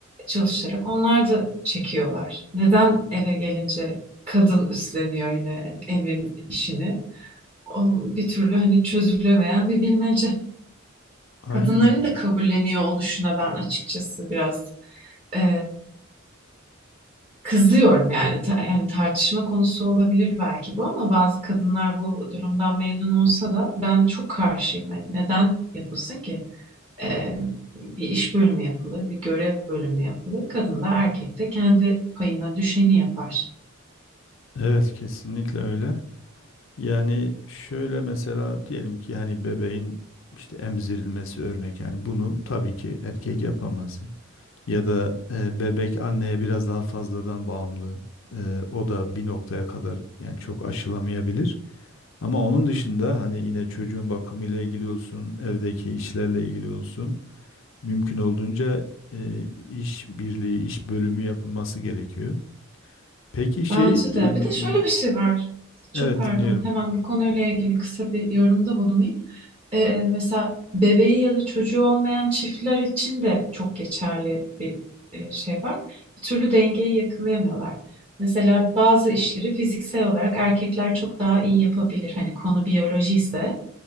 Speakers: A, on the right; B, on the left.
A: çalışarak onlar da çekiyorlar. Neden eve gelince kadın üstleniyor yine yani evin işini? O bir türlü hani çözülemeyen bir bilmece.
B: Aynen.
A: Kadınların da kabulleniyor oluşuna ben açıkçası biraz e, Kızıyorum yani. Ta- yani tartışma konusu olabilir belki bu ama bazı kadınlar bu durumdan memnun olsa da ben çok karşıyım. Yani neden yapılsın ki? Ee, bir iş bölümü yapılır, bir görev bölümü yapılır. Kadın da erkek de kendi payına düşeni yapar.
B: Evet, kesinlikle öyle. Yani şöyle mesela diyelim ki hani bebeğin işte emzirilmesi örnek yani bunu tabii ki erkek yapamaz. Ya da e, bebek anneye biraz daha fazladan bağımlı. E, o da bir noktaya kadar yani çok aşılamayabilir. Ama onun dışında hani yine çocuğun bakımıyla ilgili olsun, evdeki işlerle ilgili olsun, mümkün olduğunca e, iş birliği, iş bölümü yapılması gerekiyor. Peki şey,
A: Bence
B: e, m-
A: bir şey var. Çok
B: evet
A: par-
B: dinliyorum.
A: hemen bu konuyla ilgili kısa bir yorumda bulunayım. e, mesela bebeği ya da çocuğu olmayan çiftler için de çok geçerli bir e, şey var. Bir türlü dengeyi yakalayamıyorlar. Mesela bazı işleri fiziksel olarak erkekler çok daha iyi yapabilir. Hani konu biyoloji ise